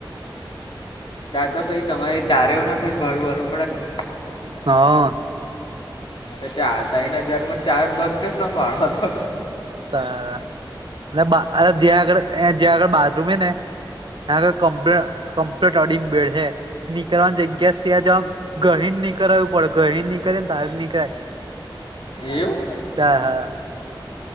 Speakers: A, on the left; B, on the right.
A: દાદા ભાઈ તમારે ચારેયોને ભાઈ ભાડું વાળું પડે ને.
B: હા.
A: તે ચાઆ ત્રણ હજાર ચાર ભગચ ન પાળો હતો.
B: તારા લેવા અરે જ્યાં આગળ જ્યાં આગળ બાથરૂમ હે ને. નાવે કંપ્લે કંપ્લેન્ટટ અડીંગ બેડ હે. નીકળવાની જગ્યા સેજ આમ ગહીને નીકળું પડે ગહી ની. કર બાર નીકળ
A: એવું
B: હા હા..